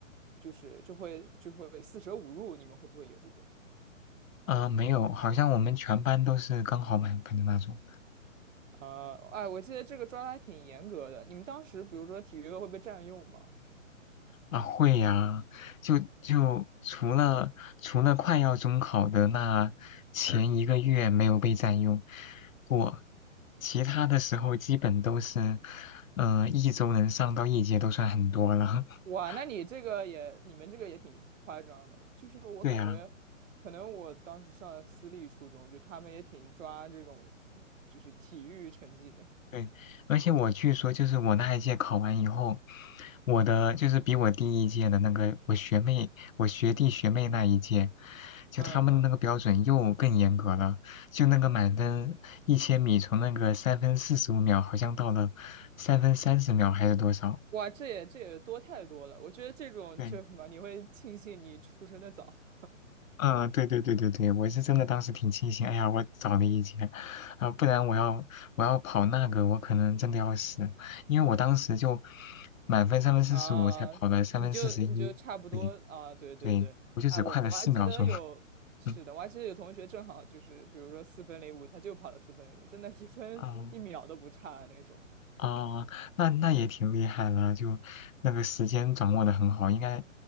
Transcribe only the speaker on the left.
呃，没有，好像我们全班都是刚好满分的那种。
啊，会呀，就就除了除了快要中考的那前一个月没有被占用过，我其他的时候基本都是，嗯一周能上到一节都算很多了。<laughs>
对呀。
对，而且我据说就是我那一届考完以后，我的就是比我第一届的那个我学妹、我学弟学妹那一届，就他们那个标准又更严格了，
就那个满分一千米从那个三分四十五秒好像到了三分三十秒还是多少？
对，
啊，对对对对对，我是真的当时挺庆幸，哎呀，我早了一截，啊、不然我要我要跑那个，我可能真的要死，因为我当时就满分三分四十五才跑了三分四十一，
对
对，我就只快了四秒钟，
<laughs>
嗯啊，哦，那那也挺厉害了，就那个时间掌握的很好，应该，